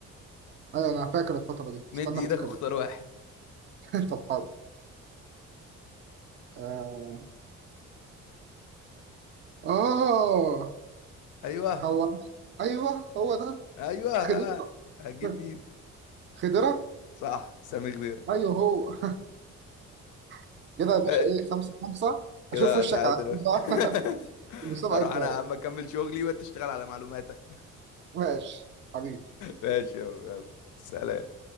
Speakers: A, on the right; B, on the left.
A: ايوه انا فاكر الفترة دي
B: مد
A: استنى
B: ايدك
A: افتكر
B: واختار
A: لك.
B: واحد
A: <laughs> طب حاضر آه آه
B: ايوه
A: هو أيوه هو ده
B: ايوه ها
A: خضيرة
B: هتجيب
A: <laughs>
B: مين
A: خضيرة
B: صح سامي خضيره
A: أيوه هو <laughs> كده يا باشا
B: ماشي
A: إيه خمسة خمسة
B: كده
A: أشوف وشك
B: تعادل
A: على خير
B: يا باشا
A: بقى <laughs>
B: <laughs>
A: في المسابقة
B: اروح
A: الجاية
B: انا يا عم اكمل شغلي وانت تشتغل على معلوماتك
A: ماشي حبيبي
B: ماشي يا عم، يلا سلام